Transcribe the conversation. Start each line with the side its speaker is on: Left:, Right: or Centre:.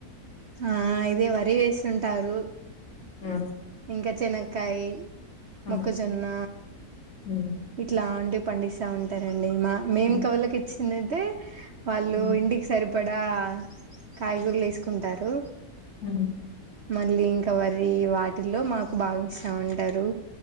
Right: ఆ ఇదే వరి ఏసుంటారు.
Left: ఆ
Right: ఇంకా చెనక్కాయి, మొక్కజొన్న
Left: ఆ ఉమ్
Right: ఇట్లాంటి పండిస్తా ఉంటారండి మా మేం
Left: ఉమ్
Right: కవులకి ఇచ్చిందయితే వాళ్ళు
Left: ఉమ్
Right: ఇంటికి సరిపడా కాయగూరలు ఏసుకుంటారు.
Left: ఉమ్
Right: మళ్ళీ ఇంకా వరి వాటిల్లో మాకు బాగా ఇస్తా ఉంటారు.